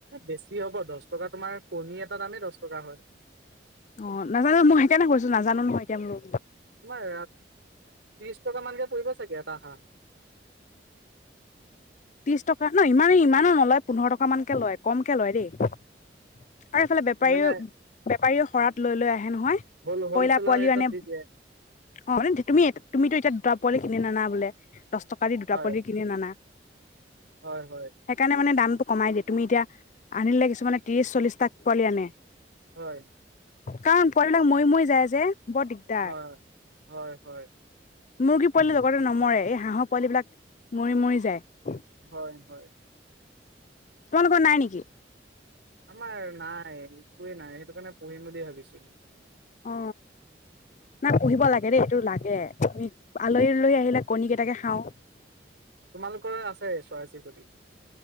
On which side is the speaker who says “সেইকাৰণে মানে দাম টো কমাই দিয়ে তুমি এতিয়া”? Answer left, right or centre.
Left